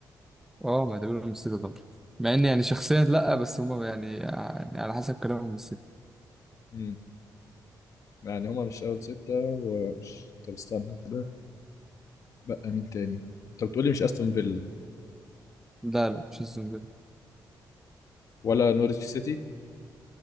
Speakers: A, in the centre; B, on the left.
A: اه ما اعتبرهم الستة طبعا مع ان يعني شخصيا لا بس هم يعني, يعني على حسب كلامهم الستة
B: مم. يعني هما مش اول ستة ومش طب استنى كده بقى مين تاني؟ انت بتقولي مش استون فيلا
A: لا لا مش أستون فيلا
B: ولا نورwich سيتي؟